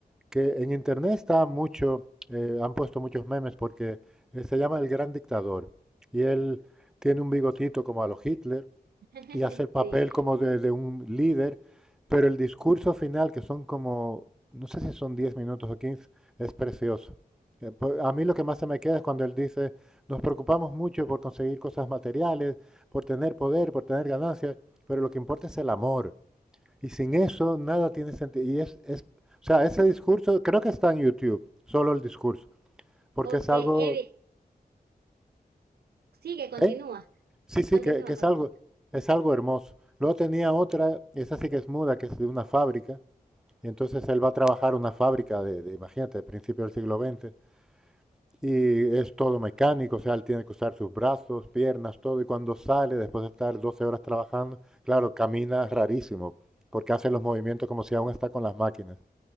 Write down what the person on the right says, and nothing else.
<laughs>
Sí.
Ok,
Evi, sigue, continúa,
continúa,
continúa.